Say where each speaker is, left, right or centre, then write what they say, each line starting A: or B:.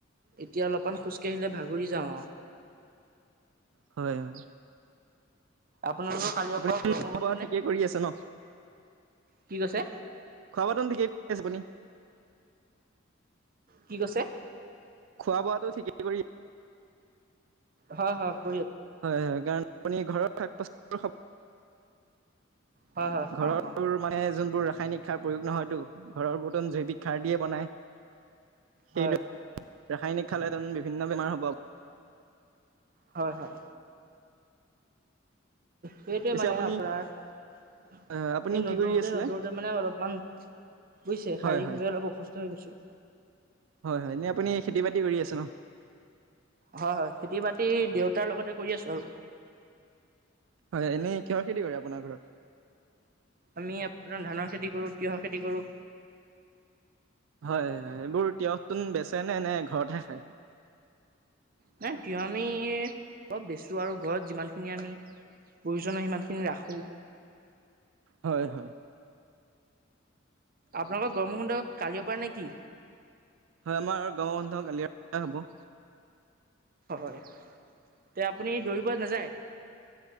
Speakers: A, on the right; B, on the right.
A: এতিয়া অলপমান খোজকাঢ়িলে ভাগুৰি যাওঁ আ',
B: হয়-হয়।
A: আপোনালোকৰ কালিৰ
B: আপুনি
A: পৰা
B: খোৱা
A: গৰমৰ বন্ধ
B: বোৱা
A: নে?
B: ঠিকে কৰি আছে ন।
A: কি কৈছে?
B: খাবৰ বোৱাটো ঠিকে কৰি আছোঁ, আপুনি?
A: কি কৈছে?
B: খোৱা বোৱাটো ঠিকেই কৰি
A: হয়-হয়।
B: হয়-হয় কাৰণ আপুনি ঘৰৰ শাক পাচল
A: হয় হয়
B: ঘৰৰ
A: খাওঁ খাওঁ।
B: মানে যোনবোৰ ৰাসায়নিক। খাৰ প্ৰয়োগ নহয়তো ঘৰৰ বৰ্তন জৈৱিক খাৰ দিয়ে বনাই। সেইদৰে
A: হয়।
B: ৰাসায়নিক খালেটোন বিভিন্ন বেমাৰ হ'ব।
A: হয়-হয়। সেইটোৱে
B: পিছে
A: মানে
B: আপুনি
A: আপোনাৰ। এই
B: আহ আপুনি
A: নদুৰোতে-নদুৰোতে
B: কি কৰি আছিলে?
A: মানে অলপমান, বুজিছে
B: হয়
A: শাৰীৰিক ভাৱে অলপ অসুস্থ হৈ গৈছো।
B: হয়-হয় এনে আপুনি খেতি বাতি কৰি আছে ন।
A: হয়-হয় খেতি বাতি দেউতাৰ লগতে কৰি আছো আৰু।
B: হয়, এনেই কিহৰ খেতি কৰে আপোনাৰ ঘৰত
A: আমি আপোনাৰ ধানৰ খেতি কৰো তিঁয়হ খেতি কৰোঁ।
B: হয়-হয় এইবোৰ তিঁয়হতোন বেচাই নে এনে ঘৰতহে খায়।
A: নাই তিঁয়হ আমি অলপ বেচো আৰু ঘৰত যিমান খিনি আমি প্ৰয়োজন হয় সিমানখিনি ৰাখোঁ।
B: হয়-হয়।
A: আপোনালোকৰ গৰমৰ বন্ধ কালিৰ পাৰা নেকি?
B: হয়, আমাৰ গৰমৰ বন্ধ কালিয়ৰ পৰা হ'ব।
A: হয়, তে আপুনি দৌৰিব নাযায়।